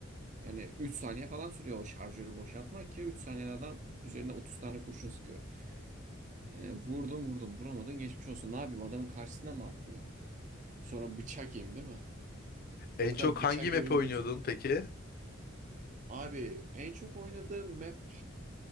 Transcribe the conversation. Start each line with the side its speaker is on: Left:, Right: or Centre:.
Right: Yani 3 saniye falan sürüyor o şarjörü boşaltmak ki 3 saniyede adam üzerine 30 tane kurşun sıkıyor. Yani vurdum vurdum vuramadın geçmiş olsun. Ne yapayım adamın karşısına mı atlayayım? Sonra bıçak yiyeyim değil mi?
Left: En
Right: Hatta
Left: çok
Right: bıçak
Left: hangi map'i
Right: yemeyi biliyorsun.
Left: oynuyordun peki?
Right: Abi en çok oynadığım map